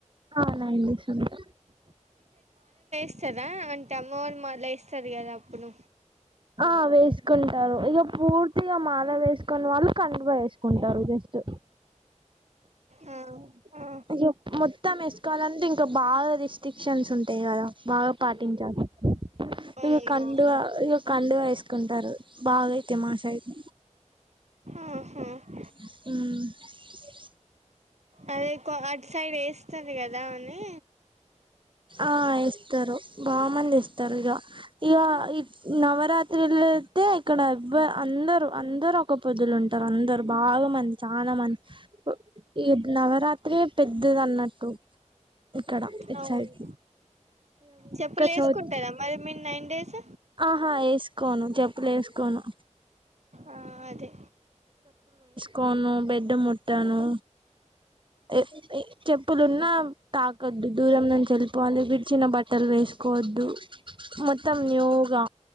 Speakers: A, on the right; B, on the right.
A: అ నైన్ డేస్ ఉంటా
B: ఎస్తారా అంటే అమ్మవారి మాల ఏస్తారు కదా అప్పుడు
A: ఆ వేసుకుంటారు ఇగ పూర్తి పూర్తిగా మాల వేసుకొని వాళ్ళు కండువా ఏసుకుంటరు జస్ట్
B: ఆ ఆ
A: ఇగ మొత్తం ఏసుకాలంటే ఇంకా బాగా రిస్ట్రిక్క్షన్స్ ఉంటయి కదా బాగా పాటించాలి
B: అవును
A: ఇగ కండువ ఇగ కండువ ఏసు కుంటారు బాగైతే మా సైడు
B: హు ఉమ్
A: ఉమ్
B: అదే ఎక్కువ అటు సైడ్ ఏస్తది కదా అని
A: ఆ ఎస్తారు బామంది ఎస్తారు ఇగ ఇగా ఈ నవరాత్రుల్లో అయితే ఇక్కడ బ అందరు అందరు ఒక పొద్దులు ఉంటారు అందరు బాగా మంది చానా మంది ఈ నవరాత్రే పెద్దది అన్నట్టు ఇక్కడ ఇట్
B: అవును
A: సైడు
B: చెప్పులు ఏసుకుంటారా
A: చవితి
B: మరి మీరు నైన్ డేస్
A: ఆహా ఏసుకోను చెప్పులు ఏసుకోను
B: ఆ అదే
A: కోను బెడ్డు ముట్టను ఎ ఎ చెప్పులున్నా తాకద్దు దూరం నుంచి వెళ్ళిపోవాలి విడిచిన బట్టలు వేసు కొవద్దు మొత్తం న్యూగా